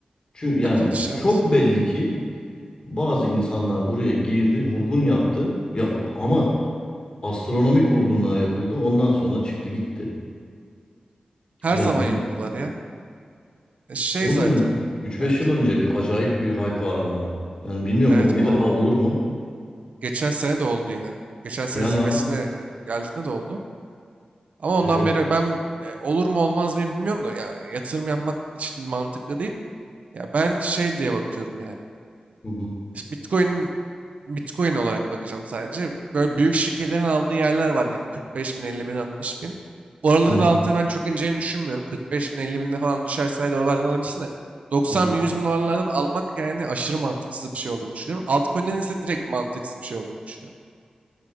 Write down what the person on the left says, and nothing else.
Çünkü yani
çok
belli ki bazı insanlar buraya girdi, vurgun yaptı. Ya o- ama astronomik vurgunlar yapıldı. Ondan sonra çıktı gitti.
Yani
bizim
O
dönem üç beş
yıl önce bir acayip bir hype vardı ama. Yani bilmiyorum
o bir
daha olur mu?
Yani
abi
evet.
Hı hı.
Hı hı.
Hı hı.